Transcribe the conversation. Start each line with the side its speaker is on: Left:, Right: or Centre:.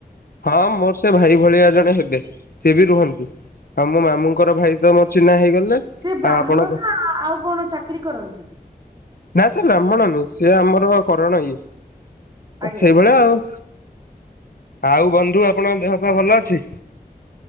Left: ହଁ ମୋର ସେ ଭାଇ ଭଳିଆ ଜଣେ ହେବେ ସେ ବି ରୁହନ୍ତି। ଆଉ ମୋ ମାମୁଁଙ୍କର ଭାଇ ତ ମୋର ଚିହ୍ନା ହେଇଗଲେ।
Right: ସେ ବ୍ରାହ୍ମଣ
Left: ଆଉ ଆପଣଙ୍କ
Right: ନା ଆଉ କଣ ଚାକିରି କରନ୍ତି।
Left: ନା ସେ ବ୍ରାହ୍ମଣ ନୁଁ ସିଏ ଆମର କରଣ ଇଏ
Right: ଆଜ୍ଞା
Left: ସେଇଭଳିଆ ଆଉ। ଆଉ ବନ୍ଧୁ ଆପଣଙ୍କ ଦେହ ପା ଭଲ ଅଛି?